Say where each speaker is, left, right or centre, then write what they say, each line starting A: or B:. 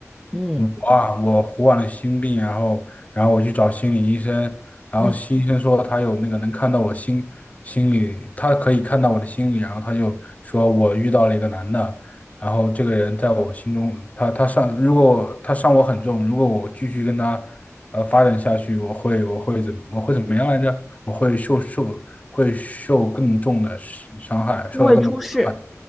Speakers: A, in the centre; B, on the left.
A: 嗯
B: 我啊，我完了心病，然后然后我去找心理医生，然后心医生说他有那个能看到我心心里，
A: 嗯，
B: 他可以看到我的心理，然后他就说我遇到了一个男的，然后这个人在我心中，他他伤，如果他伤我很重，如果我继续跟他呃发展下去，我会我会怎么我会怎么样来着？我会受受会受更重的伤害，受到更多的伤
A: 因为出事，